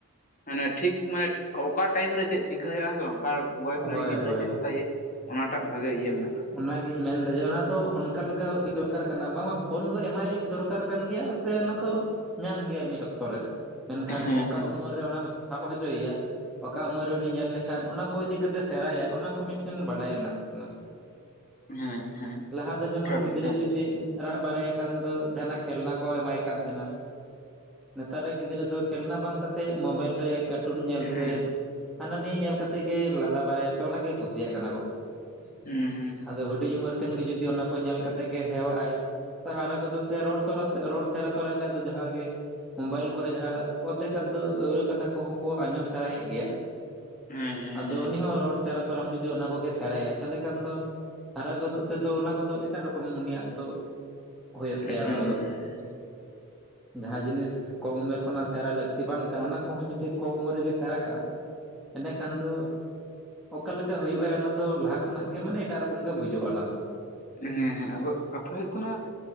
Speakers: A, on the left; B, in the centre.
A: ᱢᱟᱱᱮ ᱴᱷᱤᱠ ᱢᱟᱱᱮ ᱚᱠᱟ ᱴᱟᱭᱤᱢ ᱨᱮ ᱪᱮᱫ ᱪᱤᱠᱟᱹᱭ ᱦᱩᱭᱩᱜᱼᱟ ᱦᱮᱸ ᱥᱮ ᱵᱟᱝ ᱚᱠᱟ ᱵᱚᱭᱮᱥ
B: ᱦᱳᱭ
A: ᱨᱮᱱ ᱜᱤᱫᱽᱨᱟᱹ
B: ᱦᱳᱭ
A: ᱪᱮᱫ ᱞᱮᱠᱟ ᱮᱭᱮ᱾ ᱚᱱᱟ ᱴᱟᱜ ᱵᱷᱟᱜᱮ ᱤᱭᱟᱹ ᱦᱩᱱᱟᱹᱜᱽ
B: ᱚᱱᱟᱜᱤᱧ ᱢᱮᱱᱫᱟ ᱡᱮ ᱚᱱᱟ ᱫᱚ ᱚᱱᱠᱟ ᱞᱮᱠᱟ ᱫᱚᱨᱠᱟᱨ ᱠᱟᱱᱟ ᱵᱟᱝᱢᱟ ᱯᱷᱳᱱ ᱫᱚ ᱮᱢᱟᱭ ᱫᱚᱨᱠᱟᱨ ᱠᱟᱱ ᱜᱮᱭᱟ ᱥᱮ ᱚᱱᱟ ᱫᱚ ᱧᱟᱢ ᱜᱮᱭᱟ ᱢᱤᱫ ᱚᱠᱛᱚ ᱨᱮ ᱢᱮᱱᱠᱷᱟᱱ
A: ᱦᱮᱸ
B: ᱚᱠᱟ
A: ᱦᱮᱸ
B: ᱩᱢᱮᱨ ᱨᱮ ᱚᱱᱟᱢ ᱥᱟᱵ ᱦᱚᱪᱚᱤᱭᱟ, ᱚᱠᱟ ᱩᱢᱟᱹᱨ ᱨᱮ ᱩᱱᱤ ᱧᱮᱞ ᱞᱮᱠᱷᱟᱱ ᱚᱱᱟ ᱠᱚ ᱤᱫᱤ ᱠᱟᱛᱮ ᱥᱮᱲᱟᱭᱟᱭ ᱚᱱᱟ ᱠᱚ ᱢᱤᱫᱴᱮᱱ ᱵᱟᱰᱟᱭ ᱨᱮᱱᱟᱜ ᱠᱟᱱᱟ
A: ᱦᱮᱸ ᱦᱮᱸ
B: ᱞᱟᱦᱟ ᱫᱚ ᱡᱮᱢᱚᱱ
A: ᱮᱠᱟᱞ
B: ᱜᱤᱫᱽᱨᱟᱹ
A: ᱮᱠᱟᱞ
B: ᱡᱩᱫᱤ ᱨᱟᱜ ᱵᱟᱲᱟᱭᱟᱭ ᱠᱷᱟᱱ ᱫᱚ ᱡᱟᱦᱟᱱᱟᱜ ᱠᱷᱮᱞᱱᱟ ᱠᱚ ᱮᱢᱟᱭ ᱠᱟᱱ ᱛᱟᱦᱮᱱᱟ ᱱᱮᱛᱟᱨ ᱨᱮᱱ ᱜᱤᱫᱽᱨᱟᱹ ᱫᱚ ᱠᱷᱮᱞᱱᱟ ᱵᱟᱝ ᱠᱟᱛᱮᱫ ᱢᱳᱵᱟᱭᱤᱞ ᱨᱮ ᱠᱟᱨ ᱴᱩᱱ ᱧᱮᱞ
A: ᱦᱩᱸ
B: ᱥᱮ, ᱦᱟᱱᱟ ᱱᱤᱭᱟᱹ ᱧᱮᱞ ᱠᱟᱛᱮ ᱜᱮ ᱞᱟᱸᱫᱟ ᱵᱟᱲᱟᱭᱟ ᱥᱮ ᱚᱱᱟ ᱜᱮ ᱠᱩᱥᱤᱭᱟᱜ ᱠᱟᱱᱟ ᱠᱚ᱾
A: ᱦᱩᱸ ᱦᱩᱸ
B: ᱟᱫᱚ ᱦᱩᱰᱤᱧ ᱩᱢᱮᱨ ᱠᱷᱚᱱ ᱜᱮ ᱡᱩᱫᱤ ᱚᱱᱟ ᱠᱚ ᱧᱮᱞ ᱠᱟᱛᱮ ᱜᱮ ᱦᱮᱣᱟᱜᱼ ᱟᱭ ᱦᱟᱨᱟ ᱠᱚᱫᱚ ᱥᱮ ᱨᱚᱲ ᱛᱚᱨᱟ ᱨᱚᱲ ᱥᱮᱲᱟ ᱛᱚᱨᱟ ᱜᱮ ᱟᱫᱚ ᱡᱟᱦᱟᱸ ᱜᱮ ᱢᱳᱵᱟᱭᱤᱞ ᱠᱚᱨᱮ ᱡᱟᱦᱟᱸ ᱚᱫᱫᱷᱮᱠᱟᱜ ᱟᱹᱣᱨᱟᱹ ᱠᱟᱛᱷᱟ ᱠᱚᱦᱚᱸ ᱠᱚ ᱟᱸᱡᱚᱢ ᱥᱮᱲᱟᱭᱮᱫ ᱜᱮᱭᱟ᱾
A: ᱦᱩᱸ ᱦᱩᱸ ᱦᱩᱸ
B: ᱟᱫᱚ ᱩᱱᱤ ᱦᱚᱸ ᱨᱚᱲ ᱥᱮᱨᱟ ᱛᱚᱨᱟ ᱡᱩᱫᱤ ᱚᱱᱟ ᱠᱚᱜᱮ ᱥᱮᱲᱟᱭᱟ, ᱛᱟᱦᱚᱞᱮ ᱠᱷᱟᱱ ᱫᱚ ᱦᱟᱨᱟ ᱜᱚᱫᱚᱜ ᱛᱮᱫᱚ ᱚᱱᱟ ᱠᱚᱫᱚ ᱮᱴᱟᱜ ᱨᱚᱠᱚᱢ ᱩᱱᱤᱭᱟᱜ ᱫᱚ ᱦᱳᱭᱩᱜ
A: ᱦᱩᱸ
B: ᱛᱟᱭᱟ ᱚᱱᱟ
A: ᱦᱩᱸ
B: ᱠᱚᱫᱚ᱾
A: ᱦᱩᱸ ᱦᱩᱸ
B: ᱡᱟᱦᱟᱸ ᱡᱤᱱᱤᱥ ᱠᱚᱢ ᱩᱢᱮᱨ ᱠᱷᱚᱱᱟᱜ ᱥᱮᱸᱲᱟ ᱞᱟᱹᱠᱛᱤ ᱵᱟᱝ ᱠᱟᱱᱟ ᱚᱱᱟ ᱠᱚᱦᱚᱸ ᱡᱩᱫᱤ ᱠᱚᱢ ᱩᱢᱮᱨ ᱨᱮᱜᱮ ᱥᱮᱲᱸᱟ ᱠᱟᱜᱼᱟ ᱮᱸᱰᱮᱠᱷᱟᱱ ᱫᱚ, ᱚᱠᱟ ᱞᱮᱠᱟ ᱦᱩᱭᱩᱜᱼᱟ ᱚᱱᱟ ᱫᱚ ᱞᱟᱦᱟ ᱠᱷᱚᱱᱟᱜ ᱜᱮ ᱢᱟᱱᱮ ᱮᱴᱟᱜ ᱨᱚᱠᱚᱢ ᱠᱚᱢ ᱜᱮ ᱵᱩᱡᱩᱜᱼᱟ ᱚᱱᱟ ᱫᱚ
A: ᱦᱮᱸ ᱦᱮᱸ, ᱟᱫᱚ ᱠᱟᱛᱷᱟ ᱦᱩᱭᱩᱜ ᱠᱟᱱᱟ᱾